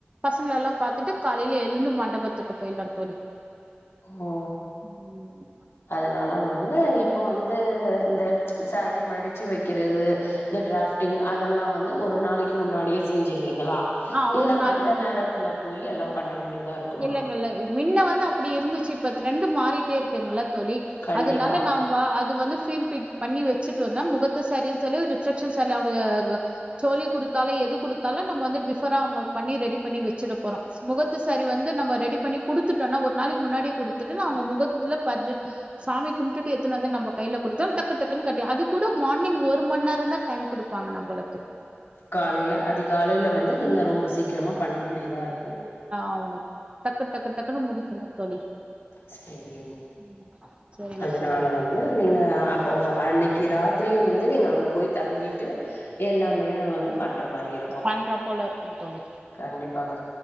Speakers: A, on the right; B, on the left.
A: பசங்கள எல்லா பாத்துட்டு காலேயில எழுந்து மண்டபத்துக்கு போயிடலா தோழி
B: ஓ
A: ம்.
B: அதனால வந்து வந்து இப்போ வந்து இந்த சாரீஸ் மடிச்சு வக்குறது இந்த டிராஃப்டிங் அதெல்லா வந்து ஒரு நாளைக்கு முன்னாடியே செஞ்சி நீங்களா
A: ஆ
B: இல்ல
A: ஒரு நாளைக்கு
B: அந்த நேரத்துல போய் எல்லா பண்ண வேண்டி இதா இருக்குமா
A: இல்லங்கல்ல மின்ன வந்து அப்படி இருந்துச்சு இப்ப ரெண்டு மாறிட்டே இருக்குங்ள தோழி
B: கண்டிப்பா
A: அதனால நாம அது வந்து பீட் பிக் பண்ணி வச்சுட்டு வந்த முகத்தா சரி சொல்லி ரிசப்சன் சரி சோல்லி குடுத்தாலு எது குடுத்தாலு நம்ப வந்து பிவோரா அவுங்களுக்கு பண்ணி ரெடி பண்ணி வச்சுட போறோ முகத்த சேரி வந்து நம்ம ரெடி பண்ணி குடுத்துட்டோனா ஒரு நாளைக்கு முன்னாடி குடுத்துட்டு அவுங்க முகத்துல சாமி கும்டுட்டு எத்தனு வந்து நம்ம கையில குடுத்தாலு டக்கு டக்குன்னு கட்டி அது கூட மார்னிங் ஒரு மணி நேரந்தா டைம் குடுப்பாங்க நம்மளுக்கு
B: காலேயில அதிகாலையில வந்து நீங்க ரொம்ப சீக்கிரமா பண்ண வேண்டியதா இருக்கு
A: ஆவனக் டக்கு டக்கு டக்குன்னு முடிக்கனு தோழி
B: சரி
A: ம் சரிங்க
B: அதனால
A: தோழி
B: வந்து நீங்க அப்போ அன்னிக்கு ராத்திரியே வந்து நீங்க அங்க போய் தாங்கிட்டு எல்லாமே வந்து பண்ற மாரி இருக்கு
A: பண்றா போல இருக்குங்க தோழி
B: கண்டிப்பாக